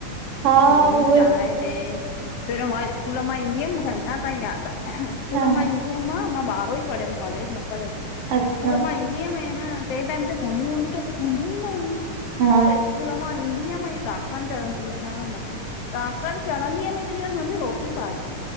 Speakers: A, on the right (about 50°); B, on the left (about 75°).
A: हा
B: मम्मी
A: उहे
B: चांहि ॾे। पहिरों मां स्कूल मां ईंदी हुयमि मूंखे अञा ताईं यादि आ, स्कूल
A: हा
B: मां ईंदी हुयमि मां, मां ॿारो ई पढ़ियमि कॉलेज न पढ़ियो,
A: अच्छा
B: स्कूल मां ईंदी हुयमि ऐं न टे टाइम ते फ़ोनयूं वोनयूं त कुछ हूंदियूं ई न हुयूं।
A: हा
B: त स्कूल मां ईंदी हुअमि, ऐं ॾाकण चढ़ंदी हुमि, असांजे घर मथे ॾाकण चढ़ंदी हम ऐं चंहिंदीमांसि मम्मी रोटी पाए,